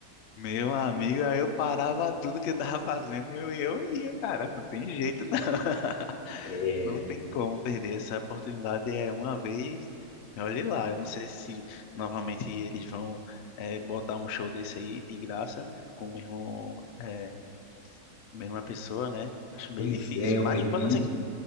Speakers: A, on the left; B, on the left.
A: Meu amigo, aí eu parava tudo que eu tava fazendo e eu, eu ia, cara, não tem jeito não. <laughs>
B: É,
A: Não tem como perder essa oportunidade é uma vez. E Olhe lá, eu não sei se novamente eles vão eh, botar um show desse aí de graça com o mesmo eh, mesma pessoa, né? Acho bem
B: pois
A: difícil,
B: é, eu
A: mas
B: perdi.
A: possa ser que,